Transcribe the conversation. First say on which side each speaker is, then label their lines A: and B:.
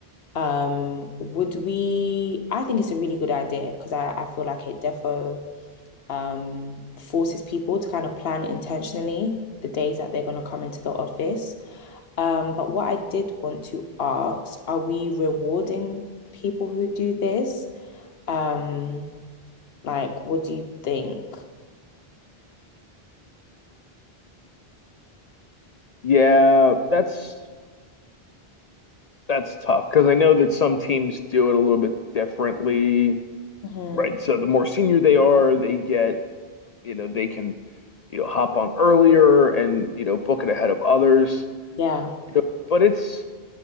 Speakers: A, on the left; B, on the left.
A: Um, would we? I think it's a really good idea because I, I feel like it defo um, forces people to kind of plan intentionally the days that they're going to come into the office. Um, but what I did want to ask are we rewarding people who do this? Um, like, what do you think?
B: yeah, that's that's tough because I know that some teams do it a little bit differently,
A: Mhm.
B: right? So the more senior they are, they get, you know, they can you know hop on earlier and you know book it ahead of others.
A: Yeah.
B: You know, but it's